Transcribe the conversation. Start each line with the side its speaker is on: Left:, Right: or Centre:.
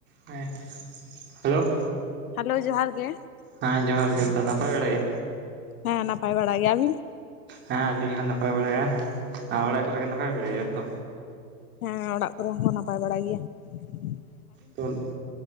Right: ᱦᱮᱸ hello.
Left: Hello ᱡᱚᱦᱟᱨ ᱜᱮ ᱾
Right: ᱦᱮᱸ ᱡᱚᱦᱟᱨ ᱜᱮ ᱛᱚ ᱱᱟᱯᱟᱭ ᱵᱟᱲᱟ ᱜᱮᱭᱟ?
Left: ᱦᱮᱸ ᱱᱟᱯᱟᱭ ᱵᱟᱲᱟ ᱜᱮᱭᱟ ᱾ ᱟᱵᱤᱱ?
Right: ᱦᱮᱸ ᱟᱞᱤᱧ ᱦᱚᱸ ᱱᱟᱯᱟᱭ ᱵᱟᱲᱟᱭᱼᱭᱟ ᱾ ᱚᱲᱟᱜ ᱠᱚᱨᱮ ᱠᱚ ᱱᱟᱯᱟᱭ ᱵᱟᱲᱟᱭ ᱜᱮᱭᱟ ᱛᱚ?
Left: ᱦᱮᱸ ᱚᱲᱟᱜ ᱠᱚᱨᱮ ᱦᱚᱸ ᱠᱚ ᱱᱟᱯᱟᱭ ᱵᱟᱲᱟ ᱜᱮᱭᱟ ᱾
Right: ᱛᱚᱱᱼᱼ